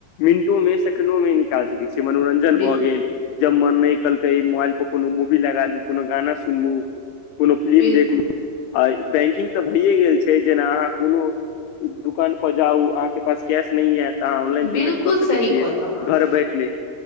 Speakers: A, on the left; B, on the left.
A: मिनटो मे सेकेंडो मे निकाल सकैत छीिय मनोरंजन
B: बिल्कुल
A: भऽ गेल जब मन नहि कहलकै मोबाइल पर कोनो मूवी लगालु कोनो गाना सुनलु कोनो फिल्म
B: बिल्कुल
A: देखलू आ बैंकिंग तऽ भइए गेल छै जेना अहाँ कोनो दोकान जाउ अहाँके पास कैश नहि य तऽ अहाँ ऑनलाइन
B: बिल्कुल
A: पेमेंट कऽ सकै
B: सही
A: छियै
B: कहलहुँ अहाँ
A: घर बैठ ले